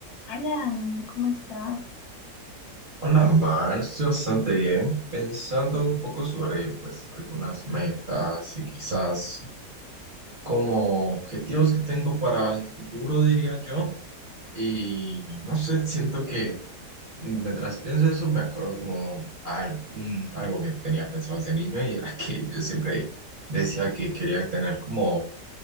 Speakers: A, on the left; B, on the right.
A: Alan, ¿cómo estás?
B: Hola, Marx, bastante bien. Pensando un poco sobre, pues, algunas metas y quizás como objetivos que tengo para el futuro, diría yo. Y no sé, siento que mientras pienso eso me acuerdo como algún, algo que tenía pensado desde niño y era <laughs> que yo siempre decía que quería tener como